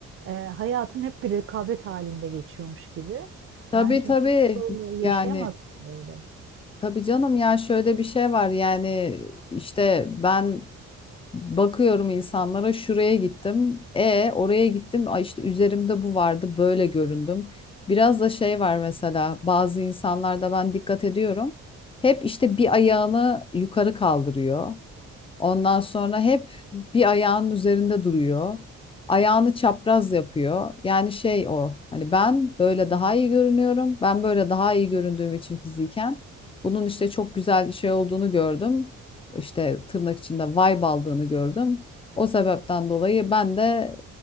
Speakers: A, on the right; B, on the left.
A: e, hayatın hep bir rekabet halinde geçiyormuş gibi.
B: Tabii
A: Bence
B: tabii
A: hiç böyle
B: yani
A: yaşayamazsın böyle.
B: tabii canım ya şöyle bir şey var yani işte ben Bakıyorum insanlara şuraya gittim. E oraya gittim. Ay işte üzerimde bu vardı. Böyle göründüm. Biraz da şey var mesela bazı insanlarda ben dikkat ediyorum. Hep işte bir ayağını yukarı kaldırıyor. Ondan sonra hep bir ayağının üzerinde duruyor. Ayağını çapraz yapıyor. Yani şey o. Hani ben böyle daha
A: Hı
B: iyi görünüyorum. Ben böyle daha iyi göründüğüm için fiziken bunun işte çok güzel şey olduğunu gördüm. İşte tırnak içinde vibe aldığını gördüm. O sebepten dolayı ben de